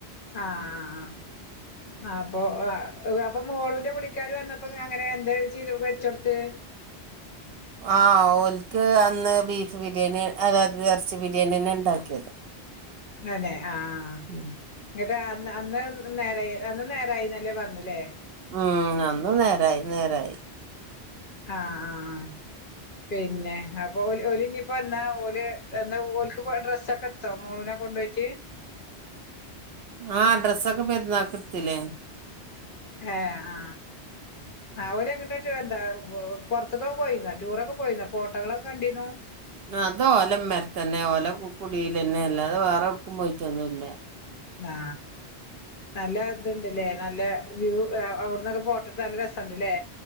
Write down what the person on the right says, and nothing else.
ആഹ ഓൽക്ക് അന്ന് ബീഫ് ബിരിയാണി അതായത് ഇറച്ചി ബിരിയാണിന്നെ ഉണ്ടാക്കിയത്
ഉം
ഉം അന്നു നേരായി നേരായി
ആഹ ഡ്രസ്സ് ഒക്കെ പെരുന്നാക്ക് എടുത്തില്ലേ
അത് ഓല ഇമ്മറത്തന്നെ ഓല കുടീലന്നെ അല്ലാതെ വേറെ എടുക്കും പോയിട്ടൊന്നുമല്ല